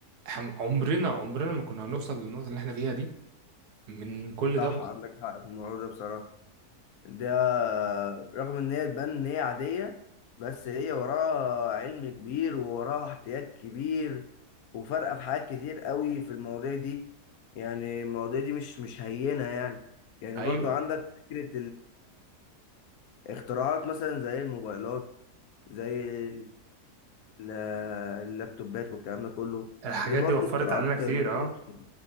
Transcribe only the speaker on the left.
صح
عندك حق في الموضوع ده بصراحه ده رغم ان هي تبان ان هي عادية بس هي وراها علم كبير ووراها احتياط كبير وفارقة في حاجات كتير قوي في المواضيع دي يعني المواضيع دي مش مش هينة يعني يعني
برضو عندك فكرة الاختراعات مثلا زي الموبايلات زي ال- آه، اللابتوبات والكلام ده كله
دي برضو
اختراعات
ما
كانتش